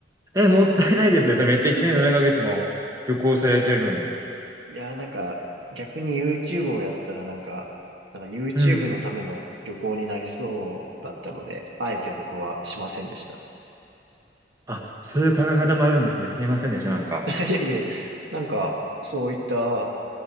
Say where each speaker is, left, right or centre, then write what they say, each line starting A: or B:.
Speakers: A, on the right; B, on the right.
A: え、もったいないですね。それめっちゃ1年7ヶ月も旅行されてるのに。
B: いやー、なんか、逆に YouTube をやったらなんか、なんか YouTube
A: うん。
B: のための旅行になりそうだったので、あえて僕はしませんでした。
A: あ、そういう考え方もあるんですね。すいませんでした。なんか。
B: <laughs> いやいやいや、なんか、そういった、